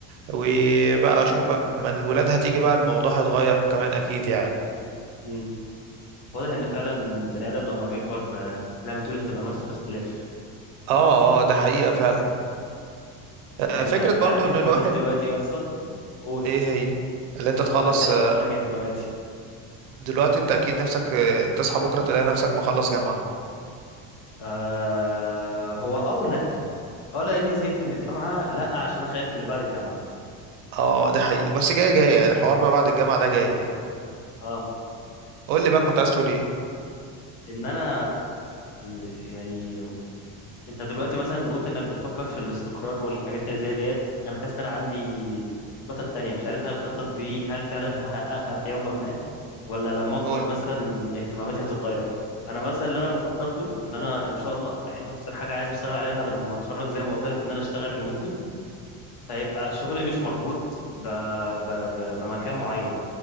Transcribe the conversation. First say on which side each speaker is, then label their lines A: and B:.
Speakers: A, on the right; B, on the left.
A: وبقى اشوف بقى من الولاد هتيجي بقى الموضوع هيتغير كمان اكيد يعني
B: مم. واضح ان فعلا البني ادم لما بيكبر ب... زي ما تقول اهتماماته بتختلف
A: اه اه ده حقيقة فعلا آه،
B: يعني انت
A: فكرة
B: انت
A: برضو
B: عارف اهتماماتي
A: ان الواحد
B: دلوقتي ايه اصلا قول
A: ايه هي اللي انت
B: قول
A: تخلص
B: وبعد كده
A: آه،
B: هقول لك اهتماماتي
A: دلوقتي انت اكيد نفسك آه، تصحى بكرة تلاقي نفسك مخلص جامعة
B: آه هو او لا اه لاني زهقت من الجامعة لا عشان انا خايف من اللي بعد الجامعة
A: اه دي حقيقة بس جاية جاية الحوار ما بعد الجامعة ده جاي يعني
B: اه
A: قول لي بقى كنت عايز تقول ايه
B: ان انا يعني انت دلوقتي مثلا قلت انك بتفكر في الاستقرار والحاجات اللي زي ديت انا حاسس ان انا عندي خطط تانية مش عارف هل الخطط دي هل فعلا هحققها في يوم ما ولا لما اكبر
A: قول
B: مثلا اهتماماتي هتتغير انا مثلا اللي انا بخطط له ان انا ان شاء الله يعني اكتر حاجه عايز اشتغل عليها لما اتخرج زي ما قلت لك ان انا اشتغل ريموتلي فيبقى شغلي مش مربوط ب... ب... ب... بمكان معين